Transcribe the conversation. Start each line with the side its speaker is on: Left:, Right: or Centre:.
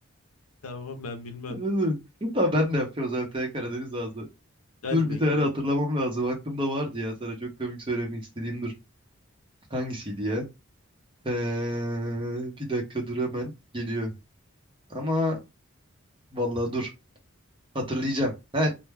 Left: Tamam ben bilmem.
Right: <laughs> Tamam ben de yapacağım zaten Karadeniz ağzı.
Left: Hadi
Right: Dur
Left: bekliyorum.
Right: bir tane hatırlamam lazım. Aklımda vardı ya. Sana çok komik söylemek istediğim dur. Hangisiydi ya? Ee, bir dakika dur hemen. Geliyor. Ama vallahi dur. Hatırlayacağım. Ha, e,